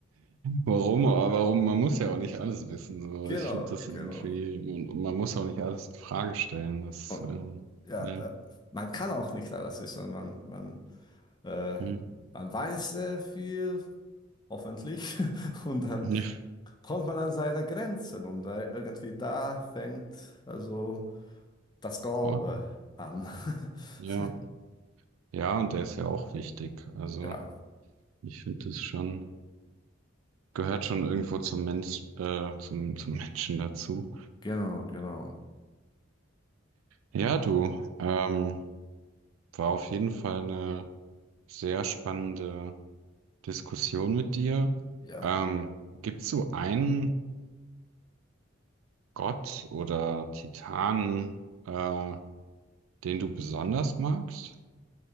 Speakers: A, on the right (about 85°); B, on the left (about 20°).
A: Warum? Aber warum? Man muss ja auch nicht alles wissen. So.
B: <laughs> genau,
A: Ich finde das
B: genau.
A: irgendwie, und und man muss auch nicht alles in Frage stellen. Das,
B: Und,
A: ähm,
B: ja,
A: ne.
B: äh, man kann auch nicht alles wissen. Man, man, äh,
A: Hm.
B: man weiß sehr viel, hoffentlich. <laughs> Und dann
A: Ja.
B: kommt man an seine Grenzen und da, irgendwie da fängt also das Glaube
A: Voll.
B: an. <laughs>
A: Ja. Ja, und der ist ja auch wichtig. Also,
B: Ja,
A: ich finde das schon, gehört schon irgendwo zum Mensch, äh, zum, zum Menschen dazu.
B: genau, genau.
A: Ja, du, ähm, war auf jeden Fall eine sehr spannende Diskussion mit dir.
B: Ja.
A: Ähm, gibt es so einen Gott oder Titan, äh, den du besonders magst?